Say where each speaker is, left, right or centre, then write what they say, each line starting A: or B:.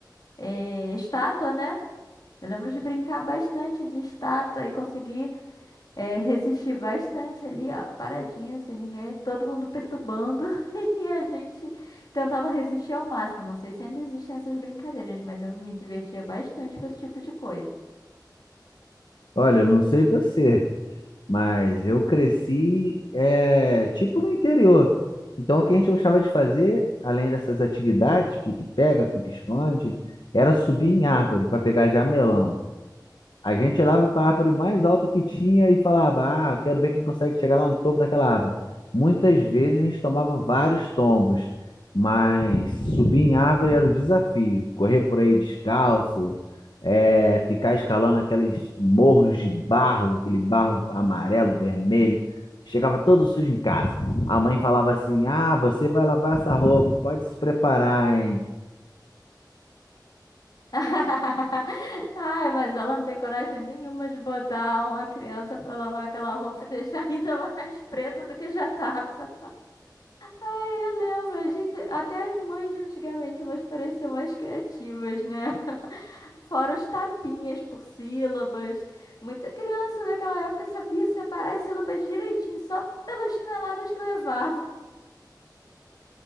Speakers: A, on the left; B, on the left.
A: eh, estátua, né? Eu lembro de brincar bastante de estátua e conseguir. É, resisti bastante ali, ó, paradinha, sem ninguém, todo mundo perturbando, <laughs> e a gente tentava resistir ao máximo. Não sei se ainda existem essas brincadeiras, mas eu me divertia bastante com esse tipo de coisa.
B: Olha, eu não sei você. Mas eu cresci, é, tipo, no interior. Então, o que a gente gostava de fazer, além dessas atividades, pique-pega, pique-esconde, era subir em árvore para pegar jamelão. A gente olhava para a árvore mais alta que tinha e falava: Ah, eu quero ver quem consegue chegar lá no topo daquela árvore. Muitas vezes a gente tomava vários tombos, mas subir em árvore era o desafio. Correr por aí descalço, é, ficar escalando aqueles morros de barro, aquele barro amarelo, vermelho. Chegava todo sujo em casa. A mãe falava assim: Ah, você vai lavar essa roupa, pode se preparar, hein?
A: <laughs> Ai, mas ela não tem coragem nenhuma de botar uma criança pra lavar aquela roupa e deixar ainda <laughs> mais preta do que já tava. Ai, eu lembro, a gente, até as mães de antigamente, elas pareciam mais criativas, né? <laughs> Fora os tapinhas por sílabas. Muita criança daquela época sabia separar as sílabas direitinho, só pelas chineladas que levava.